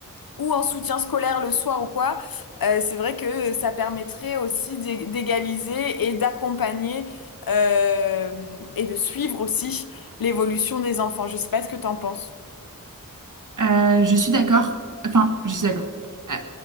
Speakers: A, on the left (about 80°); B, on the right (about 60°).
A: ou en soutien scolaire le soir ou quoi, euh, c'est vrai que ça permettrait aussi d'é- d'égaliser et d'accompagner euh, et de suivre aussi l'évolution des enfants. Je sais pas ce que t'en penses.
B: Euh, je suis d'accord. Enfin, je suis d'accord. Euh,